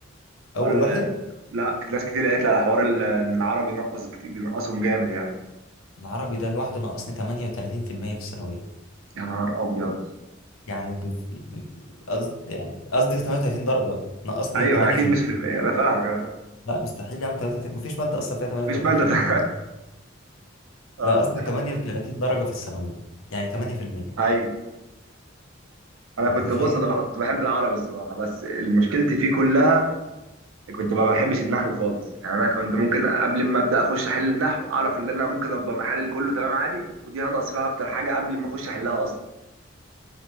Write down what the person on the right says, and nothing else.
حوار
ال...
لا ناس كتير قالت لي على حوار ال... ان العربي نقص كتير- نقصهم جامد يعني
يا نهار ابيض
ايوه
اكيد مش في الم... انا فاهم أنا فاهم.
مش ماده <laughs>
اه
ايوه انا كنت
بص انا بح- كنت بحب العربي الصراحه بس مشكلتي فيه كلها كنت ما بحبش النحو خالص يعني انا كنت ممكن قبل ما ابدا اخش احل النحو اعرف ان انا ممكن ابقى محلل كله تمام عادي ودي هنقص فيها اكتر حاجه قبل ما اخش احلها اصلا